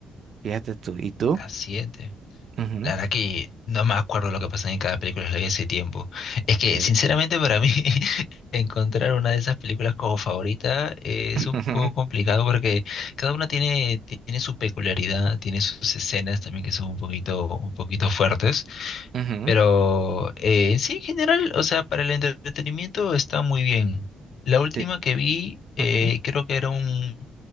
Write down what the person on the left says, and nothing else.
La siete.
La verdad que no me acuerdo lo que pasaba en cada película, la vi hace tiempo. Es
que, sinceramente, para mí, <laughs> encontrar una de esas películas como favorita eh, es
un poco complicado porque cada una tiene, tiene su peculiaridad, tiene sus escenas también que son un poquito, un poquito fuertes.
Pero eh, sí, en general, o sea, para el entretenimiento está muy bien. La última
que vi, eh,
creo que era un